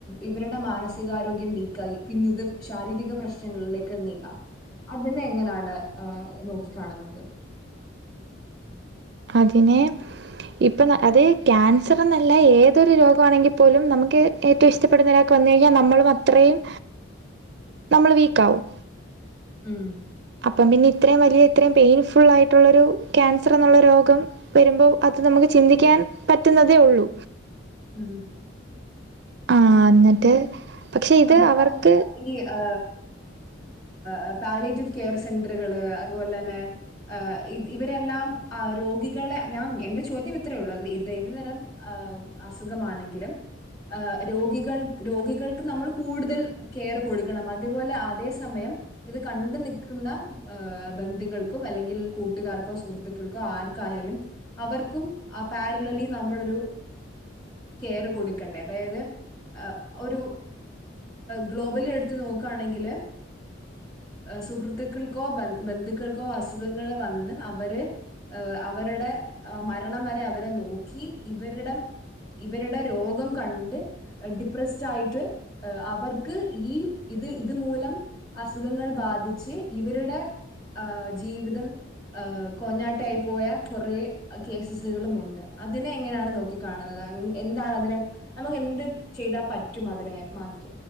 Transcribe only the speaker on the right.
<unintelligible> ഇപ്പം അത് ക്യാൻസർ എന്നല്ല ഏതൊരു രോഗമാണെങ്കിൽ പോലും നമുക്ക് ഏറ്റവും. ഇഷ്ടപ്പെടുന്നതിനരാ കഴിഞ്ഞാൽ നമ്മളും അത്രയും നമ്മൾ വീക്ക ആകും
അപ്പം പിന്നെ ഇത്രയും വലിയ ഇത്രയും പെയിൻഫുൾ ആയിട്ടുള്ളൊരു ക്യാൻസർ എന്നുള്ള രോഗം വരുമ്പോൾ അത് നമുക്ക് ചിന്തിക്കാൻ പറ്റുന്നതേ ഉള്ളൂ.
ആ എന്നിട്ട് പക്ഷെ ഇത്
അവർക്ക്